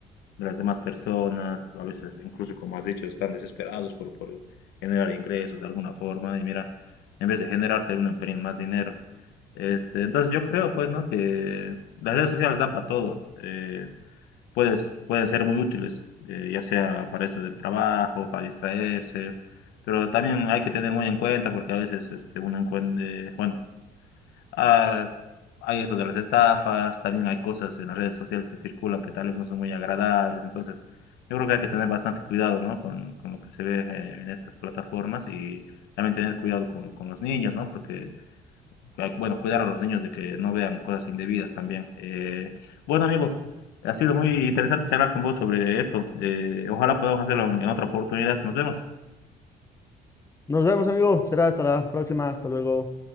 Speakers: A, on the left (about 80°); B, on the left (about 15°).
A: de las demás personas, a veces incluso como has dicho, están desesperados por, por generar ingresos de alguna forma y mira, en vez de generar terminan perdiendo más dinero. Este, entonces yo creo pues, ¿no? Que las redes sociales dan para todo. eh, puedes, pueden ser muy útiles, eh, ya sea para esto del trabajo, para distraerse, pero también hay que tener muy en cuenta porque a veces este, uno encuentra, bueno, Ah, hay eso de las estafas, también hay cosas en las redes sociales que circulan que tal vez no son muy agradables, entonces yo creo que hay que tener bastante cuidado, ¿no? con, con lo que se ve eh, en estas plataformas y también tener cuidado con, con los niños, ¿no? Porque, eh, bueno, cuidar a los niños de que no vean cosas indebidas también. Eh, bueno, amigo, ha sido muy interesante charlar con vos sobre esto. Eh, ojalá podamos hacerlo en en otra oportunidad. Nos vemos.
B: Nos vemos, amigo. Será hasta la próxima. Hasta luego.